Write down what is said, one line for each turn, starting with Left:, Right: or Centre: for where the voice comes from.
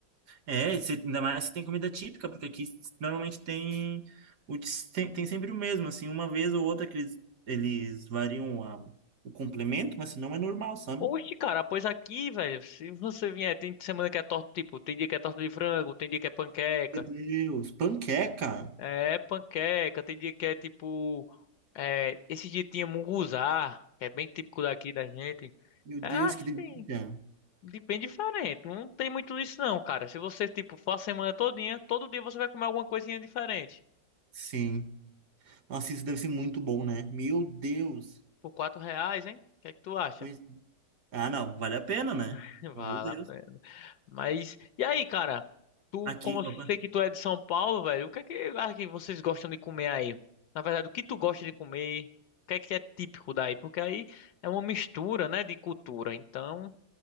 Right: É, se- ainda mais se tem comida típica, porque aqui normalmente tem, o de- tem, tem sempre o mesmo, assim, uma vez ou outra que eles, eles variam a- o complemento, mas senão é normal, sabe?
Left: Oxe, cara, pois aqui, velho, se você vier, tem semana que é torta, tipo, tem dia que é torta de frango, tem dia que é panqueca,
Right: Meu Deus, panqueca!
Left: é panqueca, tem dia que é tipo, é, esse dia tinha munguzá, que é bem típico daqui da gente.
Right: Meu
Left: É
Right: Deus,
Left: assim,
Right: que delícia!
Left: de- bem diferente, não tem muito isso não, cara. Se você, tipo, for a semana todinha, todo dia você vai comer alguma coisinha diferente.
Right: Sim. Nossa, isso deve ser muito bom, né? Meu Deus!
Left: Por quatro reais, hein? O que é que tu acha?
Right: Pois- Ah, não, vale a pena, né?
Left: <laughs> Vale
Right: Meu Deus.
Left: a pena. Mas, e aí, cara? Tu,
Right: Aqui,
Left: como eu
Right: opa.
Left: sei que tu é de São Paulo, velho, o que é que, ah, que vocês gostam de comer aí? Na verdade, o que tu gosta de comer? O que é que é típico daí? Porque aí é uma mistura, né, de cultura. Então,